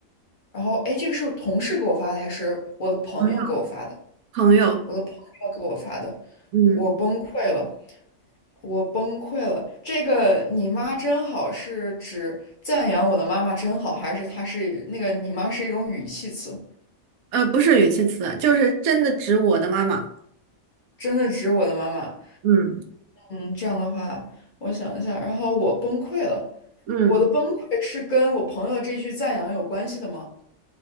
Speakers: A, on the left; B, on the right.
A: 然后，哎，这个是同事给我发的，还是我的朋友给我发的？
B: 朋友，朋友，
A: 我的朋友给我发的，
B: 嗯，
A: 我崩溃了，我崩溃了。这个“你妈真好”是指赞扬我的妈妈真好，还是它是那个“你妈”是一种语气词？
B: 呃，不是语气词，就是真的指我的妈妈。
A: 真的指我的妈妈。
B: 嗯
A: 嗯，这样的话，我想一下，然后我崩溃了。
B: 嗯
A: 我的崩溃是跟我朋友的这句赞扬有关系的吗？